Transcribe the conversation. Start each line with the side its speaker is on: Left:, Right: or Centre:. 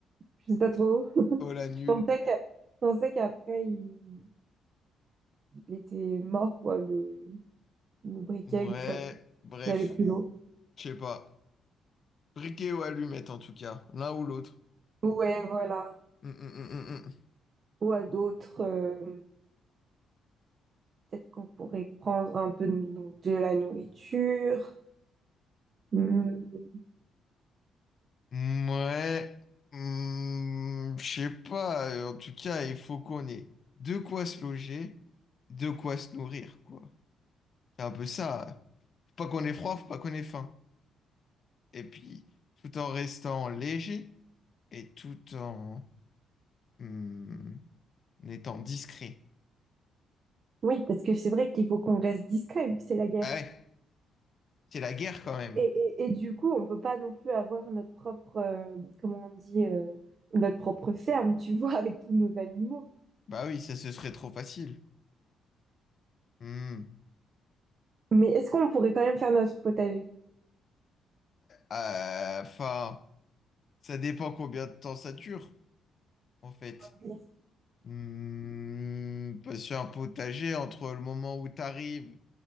Right: Je sais pas trop. <laughs>
Left: Oh la nulle.
Right: Je pensais que, je pensais qu'après, il... il était mort, quoi, le, le briquet,
Left: Ouais,
Right: une fois qu'il
Left: bref,
Right: avait plus d'eau.
Left: je sais pas. Briquet ou allumette en tout cas, l'un ou l'autre.
Right: Ouais, voilà.
Left: Hmm, hmm, hmm, hmm, hmm.
Right: Ou à d'autres, euh, peut-être qu'on pourrait prendre un peu de, de la nourriture. Mm, mm.
Left: Ouais, hmm, je sais pas. En tout cas, il faut qu'on ait de quoi se loger, de quoi se nourrir, quoi. C'est un peu ça. Faut pas qu'on ait froid, faut pas qu'on ait faim. Et puis, tout en restant léger et tout en hmm, en étant discret.
Right: Oui, parce que c'est vrai qu'il faut qu'on reste discret vu que c'est la guerre.
Left: Ah ouais, c'est la guerre quand même.
Right: Et, et, et du coup, on peut pas non plus avoir notre propre, euh, comment on dit, euh, notre propre ferme, tu vois, <laughs> avec tous nos animaux.
Left: Bah oui, ça ce serait trop facile. Hmm.
Right: Mais est-ce qu'on pourrait quand même faire notre potager?
Left: Bah, euh, Enfin, ça dépend combien de temps ça dure, en fait.
Right: Oui,
Left: Hmm, parce qu'un potager, entre le moment où tu arrives